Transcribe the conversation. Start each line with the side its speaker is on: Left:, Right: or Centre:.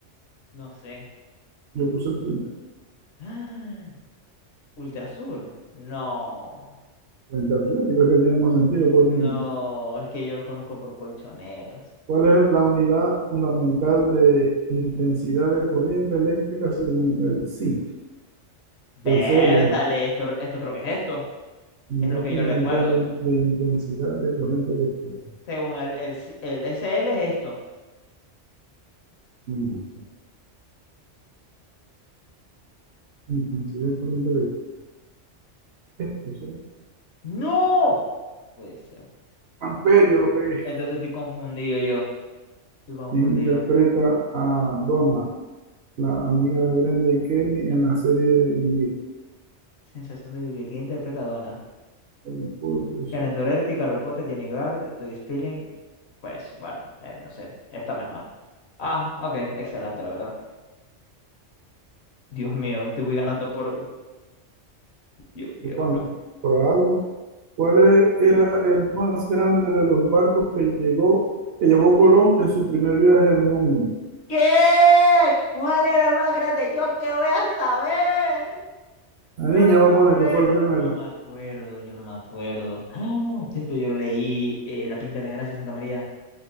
Left: No sé.
Right: Yo puse el primero.
Left: <gasps> Ultrasur. No.
Right: Frente atlético es que tiene más sentido por
Left: No,
Right: el nombre.
Left: es que yo los conozco por colchoneros.
Right: ¿Cuál es la unidad fundamental de intensidad de corriente eléctrica según el SI
Left: Vértale,
Right: o el CL?
Left: esto, esto creo que es esto.
Right: Unidad
Left: Es lo que
Right: fundamental
Left: yo recuerdo.
Right: de, de intensidad de corriente eléctrica.
Left: Según el, el, C- el SL es esto.
Right: Mm, intensidad de corriente eléctrica. Esto, ¿sí?
Left: ¡No! Puede ser.
Right: Amperio lo pegué.
Left: Entonces estoy confundido yo. Estoy confundido.
Right: e Interpreta a Donna, la amiga de Brenda y Kelly en la serie de Vivir.
Left: Sensación de vivir. ¿Quién interpreta a Donna?
Right: El
Left: Shannon Doherty, Carol Potter, Jenny Garth, Todd Spilling. Pues bueno, eh, no sé. Esta misma. Ah, ok. Excelente, la verdad. Dios mío, te voy ganando por... Dios mío,
Right: ¿Por cuánto?
Left: no.
Right: ¿Por algo? ¿Cuál e- era el más grande de los barcos que llegó, que llevó Colón en su primer viaje al Nuevo Mundo?
Left: ¿Qué? ¿Cuál era el más grande? ¿Yo qué voy a saber?
Right: La
Left: Yo
Right: niña
Left: no me
Right: va a poner
Left: acuerdo.
Right: que fue el primero.
Left: No me acuerdo, yo no me acuerdo. Ah, sí, Esto yo lo leí, eh, La Pinta de la Gracia de Santa María.